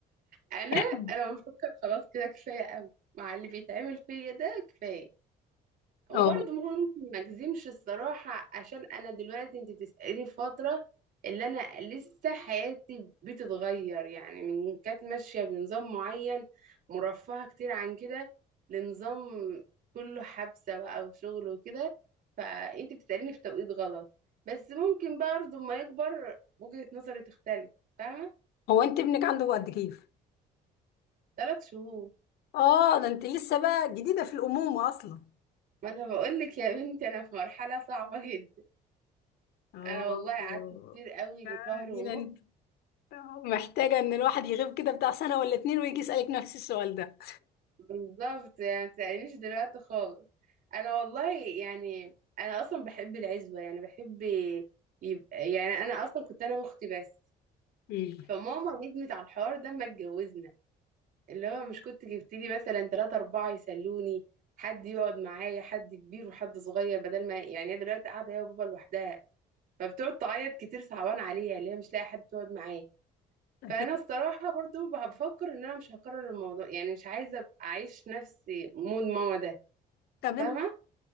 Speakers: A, on the right; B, on the left.
A: انا
B: <clears throat>
A: انا بفكر خلاص كده كفايه قوي مع اللي بيتعمل فيا ده كفايه وبرضه
B: اه
A: ممكن ما اجزمش الصراحة عشان انا دلوقتي انت بتسأليني في فترة اللي انا لسه حياتي بتتغير يعني من كانت ماشية بنظام معين مرفهة كتير عن كده لنظام كله حبسة بقى وشغل وكده فانت بتسأليني في توقيت غلط بس ممكن برضه ما يكبر وجهة نظري تختلف فاهمة
B: هو انت ابنك عنده قد كيف
A: ثلاث شهور
B: اه ده انت لسه بقى جديدة في الأمومة اصلا
A: ما انا بقول لك يا بنتي انا في مرحلة صعبة جدا
B: اه
A: انا والله قعدت كتير قوي شهر ونص
B: يعني ده محتاجة ان الواحد يغيب كده بتاع سنة ولا اتنين ويجي يسألك نفس السؤال ده
A: بالظبط يعني متسألنيش دلوقتي خالص انا والله يعني انا اصلا بحب العزوه يعني بحب يبقى يعني انا اصلا كنت انا واختي بس
B: مم.
A: فماما ندمت على الحوار ده ما اتجوزنا اللي هو مش كنت جبت لي مثلا ثلاثة أربعة يسلوني حد يقعد معايا حد كبير وحد صغير بدل ما يعني هي دلوقتي قاعدة هي وبابا لوحدها فبتقعد تعيط كتير صعبان عليها اللي هي مش لاقي حد تقعد معاه
B: أكيد
A: فانا الصراحه برضو بفكر ان انا مش هكرر الموضوع يعني مش عايزه ابقى اعيش نفس مود ماما ده
B: طب
A: فاهمة
B: انت